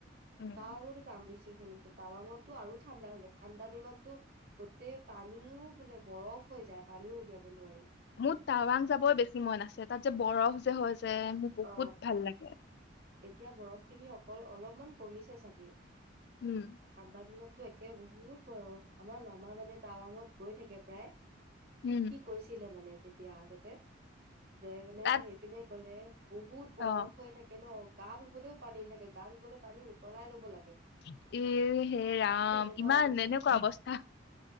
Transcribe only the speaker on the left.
উম
মোৰ টাৱাং যাবই বেছি মন আছে তাত যে বৰফ যে হয় যে মোৰ বহুত
ভাল লাগে
উম
উম
তাত
অ
এ, হে ৰাম,
ইমান
এনেকুৱা অৱস্থা।